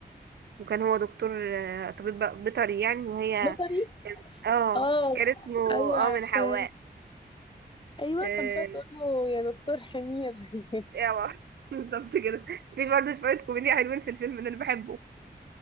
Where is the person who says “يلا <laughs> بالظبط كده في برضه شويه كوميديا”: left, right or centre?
Right